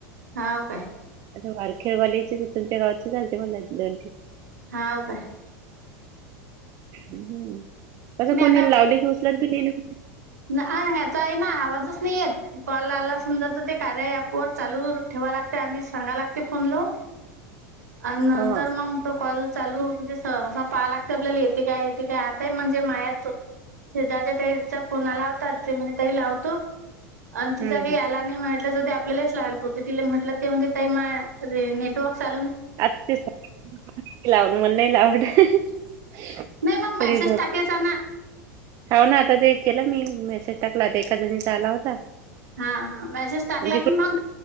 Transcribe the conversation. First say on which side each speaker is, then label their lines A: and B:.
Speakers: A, on the right; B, on the right.
A: हाव काय?
B: वारखेरवालेचे तर तुमच्या गावातचे चालते मला दोन ती
A: हाव काय?
B: हम्म कसं
A: नाही
B: कोणी लावली उचलत बी नाही ना
A: नाय ह्याचा आहे ना आवाजच नाही येत. कॉल आला समजा तर ते कार्य ऐप वर चालू ठेवा लागते आणि सांगा लागते फोनलो. आन नंतर
B: हा हम्म
A: मग तो कॉल चालू म्हणजे स असं पाहा लागते आपल्याला येते काय येते काय आताय म्हणजे मायाच शेजारच्या ताईच्या फोना लावतात ते म्हणे ताई लावतो. आणि तिचा
B: हम्म
A: काही याला नाही म्हटलं जाऊ द्या आपले लहिस लाल कोठे तिला म्हटलं ते हून दे ताई माय रे नेटवर्कचां
B: <unintelligible>
A: नाही मग
B: रिजत
A: मेसेज टाकायचा ना
B: हाव ना आता ते केलं मी मेसेज टाकला तर एका जणीचा आला होता.
A: हा हा मेसेज टाकला
B: जिकडून
A: की मग